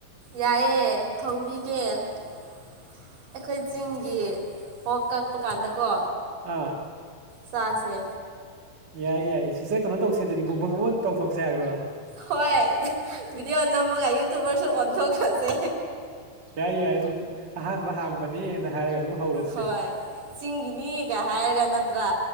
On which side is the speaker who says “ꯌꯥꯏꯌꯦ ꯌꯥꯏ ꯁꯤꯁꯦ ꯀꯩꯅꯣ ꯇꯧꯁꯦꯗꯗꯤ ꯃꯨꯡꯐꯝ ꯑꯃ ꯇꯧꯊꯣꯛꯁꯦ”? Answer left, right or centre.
Right